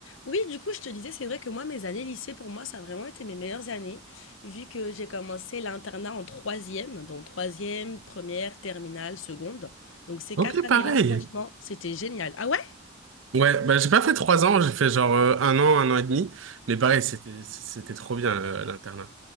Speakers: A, on the left; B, on the right.
A: Oui, du coup, je te disais, c'est vrai que moi, mes années lycée, pour moi, ça a vraiment été mes meilleures années, vu que j'ai commencé l'internat en troisième, donc troisième, première, terminale, seconde. Donc ces
B: Ok,
A: quatre années-là,
B: pareil.
A: franchement, c'était génial. Ah ouais?
B: Ouais, bah j'ai pas fait trois ans, j'ai fait genre euh, un an, un an et demi, mais pareil, c'était c'était trop bien euh, l'internat.